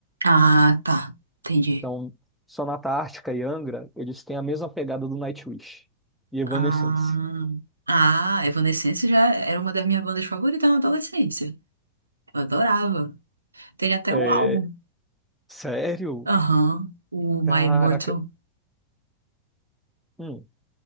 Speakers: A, on the right; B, in the centre.
A: Ah, tá. Entendi.
B: Então, Sonata Ártica e Angra, eles têm a mesma pegada do Nightwish e Evanescence.
A: Ah, ah, Evanescence já era uma das minhas bandas favoritas na adolescência. Eu adorava. Tem até
B: É,
A: o álbum.
B: sério?
A: Aham, o My
B: Caraca.
A: Immortal.
B: Hum,